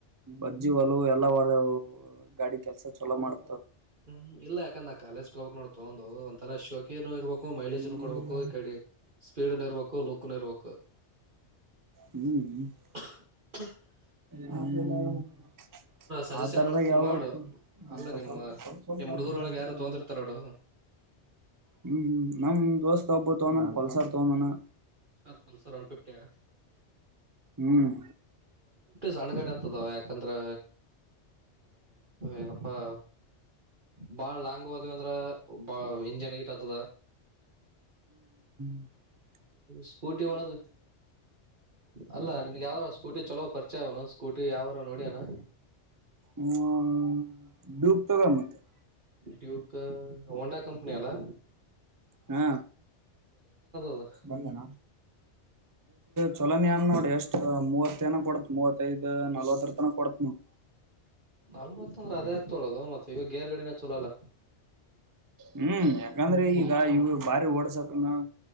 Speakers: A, on the right; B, on the right.
A: ಒಜ್ಜಿ ಹೊಲವುಎಲ್ಲಾ ಒ ಗಾಡಿ ಕೆಲ್ಸ ಚಲೋ ಮಾಡ್ತದ.
B: ಹ್ಮ್, ಇಲ್ಲ ಯಾಕಂದ್ರ ಕಾಲೇಜ್ಗೆ ಹೋಗ್ಕ್ ನೋಡ್ ತಗೊಂಡ್ ಒಂತರ ಶೋಕಿನು ಇರ್ಬಬೇಕು. ಮೈಲೇಜ್
A: ಏನಿಲ್ಲ
B: ಕೊಡ್ಬೇಕು ಈ ಕಡೆ ಸ್ಪೀಡ್ ನು ಇರ್ಬೇಕು, ಲುಕ್ ಇರ್ಬೇಕು.
A: ಹ್ಮ್ ಹ್ಮ್ <inaudible>
B: ಹ <unintelligible>
A: ಹ ಎಲ್ಲ <inaudible>
B: ಸಜೆಷನ್
A: ಆ ತರದ
B: ಮಾಡ್ತಿದ್ರ
A: ಯಾವ
B: ಮಾಡು
A: ಅಪ್ಪಂತ
B: ಅಲ್ಲ ನಿಮ್ಮ
A: ಸ್ವಲ್ಪ, ಸ್ವಲ್ಪ,
B: ನಿಮ್
A: ಸ್ವಲ್ಪ-
B: ಹುಡುಗರೊಳಗೆ ಯಾರು ತೊಂದಿರ್ತಾರ ನೋಡು
A: ಹ್ಮ್, ಹ್ಮ್ ನಮ್ ದೋಸ್ತ್ ಒಬ್ಬ ತಾನ್ ಪಲ್ಸರ್ ತೋಗೀದಾನ.
B: ಹ ಸರ್ ಒನ್ ಫಿಫ್ಟಿ ಆ <inaudible>
A: ಹ್ಮ್,
B: ಸಣ್ಣಗಾಡಿ ಆತದೋ ಯಾಕಂದ್ರೆ ಏನಪ್ಪಾ ಬಾಳ್ ಲಾಂಗ್ ಹೋದ್ವಿ ಅಂದ್ರ ಬಾ ಇಂಜನ್ ಹೀಟ್ ಆತದ.
A: ಹ್ಮ <inaudible>
B: ಸ್ಕೂಟಿ ಒಳಗ, ಅಲ್ಲ ನಿನ್ಗೆ ಯಾವ ಸ್ಕೂಟಿ ಚಲೋ ಪರಿಚಯ ಅವನು ಸ್ಕೂಟಿ ಯಾವಾರ ನೋಡಿಯೇನ.
A: ಹ್ಮ ೂಬತಗ ಮತ್ತ <unintelligible>
B: ಡ್ಯೂಕ್ ಹೋಂಡಾ ಕಂಪನಿ ಅಲಾ.
A: ಹಾ
B: ಅದ
A: ಬ <unintelligible> ಚಲ ನೀನ್ ನೋಡಿ ಎಷ್ಟ ಮೂವತ್ತ ಎನ ಕೊಡತ್ ದ, ಮೂವತ್ತೈದ್, ನಲ್ವತ್ತರ್ ತನ ಕೊಡತ್ -
B: ನಲ್ವತ್ತ ಅಂದ್ರೆ ಅದೇ ಆಗ್ತೊಳೋದು ಮತ್ತೆ ಈವಾಗ ಗೇರ್ ಗಾಡಿನೆ ಚಲೋ ಅಲ್ಲ.
A: ಹ್ಮ್, ಯಾಕಂದ್ರೆ ಈಗ ಇವ ಬಾರಿ ಓಡ್ಸಕನ